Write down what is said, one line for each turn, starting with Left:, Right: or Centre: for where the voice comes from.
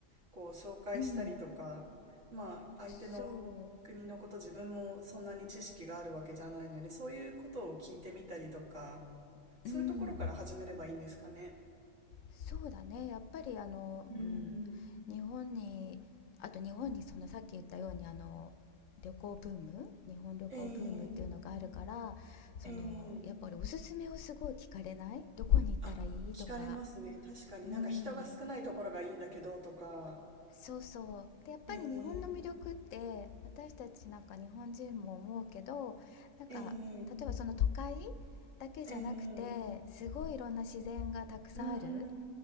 Right: こう紹介したりとか、
Left: うん。
Right: まあ相手の国のこと自分もそんなに知識があるわけじゃないので、
Left: そ
Right: そういうことを聞いてみたりとか、そういうところから始めればいいんですかね。
Left: う。うん。そうだね、やっぱりあの、
Right: うん。
Left: うん、日本に、あと日本にそのさっき言ったようにあの旅行ブーム、日本旅行ブームっていうのがあるから、
Right: ええ
Left: そのやっぱりおすすめをすごい聞かれない、
Right: ええ
Left: どこに行ったらいいとか、
Right: あ、聞かれますね。確かになんか人が少ないところがいいんだけどとか、
Left: うん、そうそう。で、やっぱり日本の魅力って私たちなんか日本人も思うけど、
Right: ええ
Left: なんか例えばその都会
Right: ええ
Left: だけじゃなくて、
Right: ええ
Left: すごいいろんな自然がたくさんある。
Right: うん、